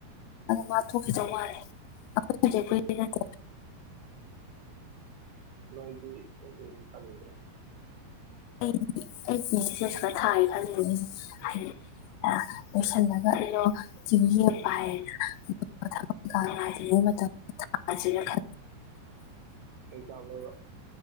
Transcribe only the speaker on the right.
ꯣꯏꯇꯤ ꯑꯦꯇ ꯀꯗꯒ꯭ꯔꯣ
ꯑꯩ ꯆꯗꯕ